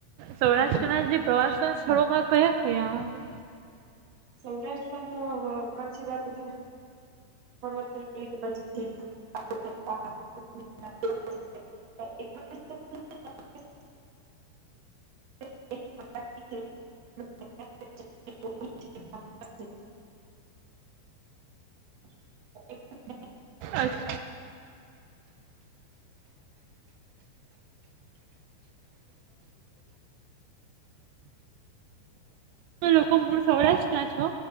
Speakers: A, on the right (about 80°); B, on the right (about 45°).
A: સૌરાષ્ટ્રના
B: હમ
A: જે પ્રવાસના સ્થળોમાં કયા કયા આવે?
B: સૌરાષ્ટ્રમાં તો અહ કચ્છ બાજુ <inaudible> <inaudible> <inaudible> <inaudible>
A: અચછ તમે લોકો મૂળ સૌરાષ્ટ્રના છો